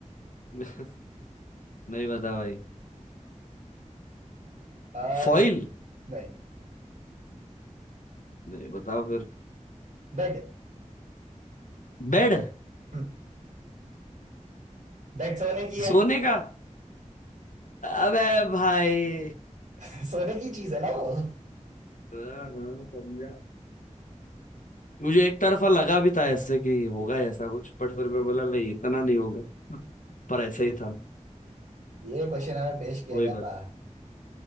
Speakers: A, on the left; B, on the right.
A: <laughs> नहीं बता भाई
B: आ,
A: फॉइल
B: इस, नहीं
A: नहीं बताओ फिर
B: बेड
A: बेड
B: हम्म, बेड सोने की
A: सोने
B: है
A: का अबे भाई
B: <laughs> सोने की चीज है ना वो <laughs>
A: हाँ, हाँ, समझा। मुझे एक तरफा लगा भी था ऐसे कि होगा ऐसा कुछ बट फिर मैं बोला नहीं इतना नहीं होगा पर ऐसा ही था
B: ये क्वेश्चन हमें पेश किया
A: वही
B: गया
A: बात
B: था